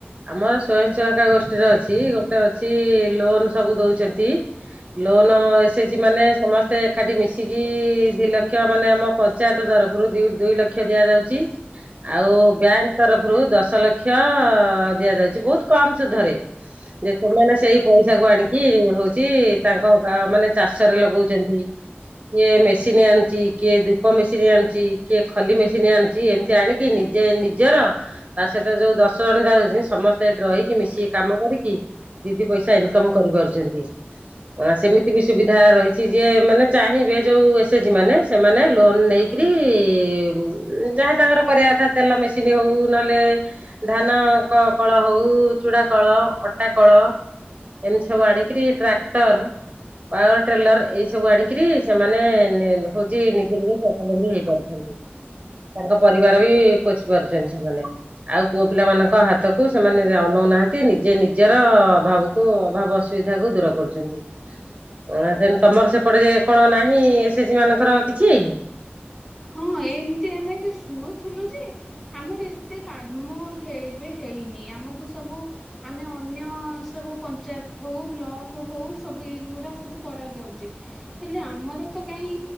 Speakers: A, on the right; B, in the centre.
A: ଆମର ସ୍ଵୟଂ ସହାୟୀକା ଗୋଷ୍ଠୀର ଅଛି ଗୋଟେ ଅଛି ଲୋନ ସବୁ ଦଉଛନ୍ତି। ଲୋନ ଏସେଚି ମାନେ ସମସ୍ତେ ଏକାଠି ମିଶିକି ଦି ଲକ୍ଷ ମାନେ ଆମ। ପଞ୍ଚାୟତ ତରଫରୁ ଦୁଇ ଦୁଇ ଲକ୍ଷ ଦିଆଯାଉଛି। ଆଉ ବ୍ୟାଙ୍କ ତରଫରୁ ଦଶ ଲକ୍ଷ ଅ -ଦିଆଯାଉଛି ବହୁତ କମ ସୁଧରେ। ଯେ ସେମାନେ ସେଇ ପଇସା କୁ ଆଣିକି ହଉଛି ତାଙ୍କ ଗାଁ ମାନେ ଚାଷରେ ଲଗଉଛନ୍ତି। କିଏ ମେସିନ୍ ଆଣୁଛି କିଏ ଧୂପ ମେସିନ୍ ଆଣୁଛି କିଏ ଖଲି ମେସିନ୍ ଆଣୁଛି ଏମତି ଆଣି କି ନିଜେ ନିଜର ତା ସହିତ ଯୋଉ ଦଶ ଜଣ ଯାଉଛି। ସମସ୍ତେ ଏଠି ରହିକି ମିଶିକି କାମ କରିକି ଦି ଦି ପଇସା ଇନକମ୍ କରିପାରୁଚନ୍ତି। ସେମିତି ବି ସୁବିଧା ରହିଛି ଯିଏ ମାନେ ଚାହିଁବେ ଯୋଉ ଏସେଜି ମାନେ ସେମାନେ ଲୋନ ନେଇ। କିରି ଯାହା ତାଙ୍କର କରିବା କଥା ତେଲ ମେସିନ୍ ହଉ ନହେଲେ। ଧାନ କ କଳ ହଉ ଚୁଡା କଳ ଅଟା କଳ। ଏମିତି ସବୁ ଆଣିକିରି ଟ୍ରାକ୍ଟର। ପାୱାର ଟ୍ରେଲର ଏଇ ସବୁ ଆଣିକିରି ସେମାନେ ନେ ନ ହଉଛି ନିଜେ ନିଜେ ସ୍ୱାବଲମ୍ବି ହେଇ ପାରୁଛନ୍ତି। ତାଙ୍କ ପରିବାର ବି ପୋସି ପାରୁଛନ୍ତି ସେମାନେ ଆଉ ପୁଅ ପିଲା ମାନଙ୍କ ହାତ କୁ ସେମାନେ ଅନଉନାହାନ୍ତି ନିଜେ ନିଜର ଅଭାବକୁ ଅଭାବ ଅସୁବିଧା କୁ ଦୂର କରୁଚନ୍ତି। ଅଁ ତମର ସେପଟେ ଯେ କଣ ନାହିଁ ଏସେଜି ମାନଙ୍କର କିଛି।
B: ହଁ ଏମିତି ଆମେ ଏଠି ଶୁଣୁଥିଲୁ ଯେ ଆମର ଏତେ କାମ ହେବେ ହେଇନି ଆମୁକୁ ସବୁ ଆମେ ଅନ୍ୟ ସବୁ ପଞ୍ଚାୟତ ହଉ ବ୍ଲକ ହଉ ସବୁ ଏଇଗୁଡା ସବୁ କରାଯାଉଚି। ହେଲେ ଆମର ତ କାହିଁ